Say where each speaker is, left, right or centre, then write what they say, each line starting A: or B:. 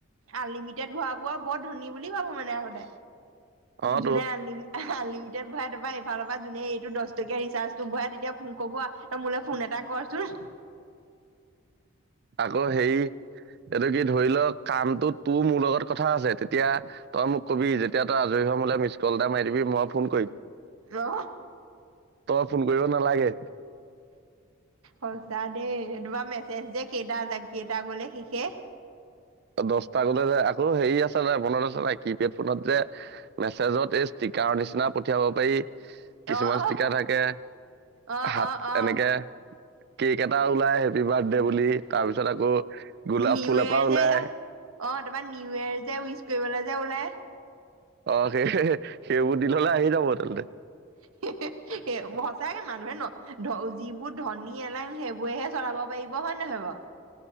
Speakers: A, on the right; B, on the right.
A: আনলিমিটেড ভৰাবোৰ বৰ ধনী বুলি ভাবো মানে আগতে
B: অ তো
A: যোনে আনলিমি আনলিমিেড ভৰাই তাৰপা এইফালৰ পৰা যোনে এইটো দহ টকীয়া ৰিচাৰ্জটো ভৰাই তেতিয়া কৰিব আৰু। তই মোলে ফোন এটা কৰচোন।
B: আকৌ হেৰি এইটো কি ধৰি লওঁক কামটো তোৰ মোৰ লগত কথা আছে তেতিয়া তই মোক কবি যেতিয়া তই আজৰি হৈ মোলে মিছ কল এটা মাৰি দিবি মই ফোন কৰিম।
A: অ
B: তই ফোন কৰিব নালাগে।
A: সঁচা দেই তোমাৰ মেছেজ যে কেইটা কেইটা গ'লে শেষে।
B: দহটা গ'লে যে আকৌ হেৰি আছে নাই মনত আছে নে নাই কিপেড ফোনত যে মেছেজত এই ষ্টিকাৰৰ নিচিনা পঠিয়াব পাৰি। কিছুমান
A: অ
B: ষ্টিকাৰ
A: অ
B: থাকে
A: অ
B: হাত
A: অ অ
B: এনেকে। কেক এটা ওলাই হেপি বাৰ্থডে বুলি তাৰ পিছত আকৌ গোলাপ
A: নিউ
B: ফুল
A: ইয়েৰ
B: এপাহ
A: যে
B: ওলাই।
A: অ', তাৰপা নিউ ইয়েৰ যে উইচ কৰিবলে যে ওলাই।
B: অ', সেই সেইবোৰ দিনলে আহি যাব তেন্তে।
A: <unintelligible> এ সঁচাকে মানুহে ন ধ যিবোৰ ধনী এলং সেইবোৰেহে চলাব পাৰিব হয় নহয় বাৰু।